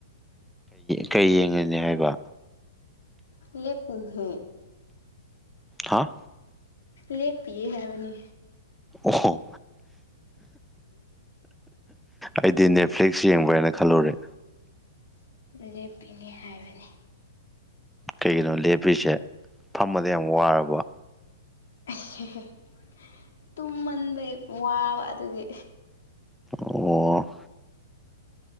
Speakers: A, in the centre; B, on the left.
A: ꯀꯩ ꯌꯦꯡꯉꯤꯅꯦ ꯍꯥꯏꯕ꯫
B: ꯂꯦ ꯄꯤꯍꯦ꯫
A: ꯍꯥꯥ꯫
B: ꯂꯦꯞꯄꯤꯌꯦ ꯍꯥꯏꯕꯅꯦ꯫
A: ꯑꯣ꯫ ꯑꯩꯗꯤ ꯅꯦꯠꯐ꯭ꯂꯤꯛꯁ ꯌꯦꯡꯕꯩꯅ ꯍꯥꯏꯅ ꯈꯜꯂꯨꯔꯦ꯫
B: ꯂꯦꯞꯄꯤꯅꯦ ꯍꯥꯏꯕꯅꯦ꯫
A: ꯀꯩꯒꯤꯅꯣ ꯂꯦꯞꯄꯤꯁꯦ ꯐꯝꯕꯗ ꯌꯥꯝ ꯋꯥꯔꯕ꯫
B: <unintelligible> ꯇꯨꯝꯃꯟꯕꯩ ꯋꯥꯕ ꯑꯗꯨꯒꯤ꯫
A: ꯑꯣ꯫